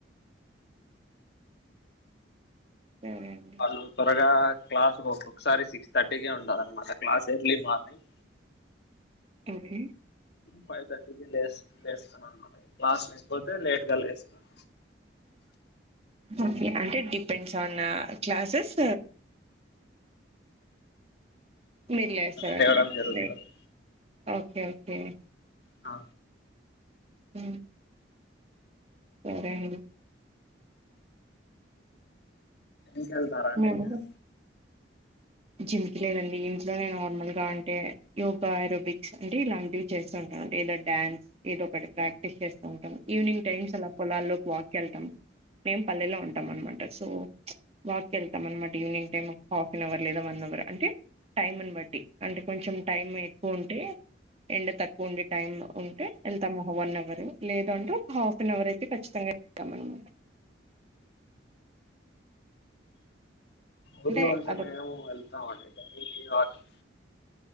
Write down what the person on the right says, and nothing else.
ఉం
ఏది
ఓకే అంటే డిపెండ్స్ ఆన్ క్లాసెస్ మీరు లేస్తారన్నమాట
లే ఓకే ఓకే
హ సరే అండి
మేము
జిమ్ కి లేదండి ఇంట్లోనే నార్మల్గా అంటే యోగా అరోబిక్స్ అంటే ఇలాంటివి చేస్తుంటా ఏదో డ్యాన్స్ ఏదో ఒకటి ప్రాక్టీస్ చేస్తూ ఉంటాం ఈవినింగ్ టైమ్స్ అలా పొలాల్లోకి వాక్ వెళ్తాం మేం పల్లెలో ఉంటాం అనమాట సో వాక్ వెళ్తాం అనమాట evening time half an hour లేదా వన్ అవర్ అంటే టైమ్ని బట్టి అంటే కొంచెం టైం ఎక్కువ ఉంటే ఎండ తక్కువ ఉండి టైమ్ ఉంటే వెళ్తాము వన్ అవర్ లేదు అంటే ఒక హాఫ్ అన్ అవర్ అయితే ఖచ్చితంగా కమలము
అంటే
అదొక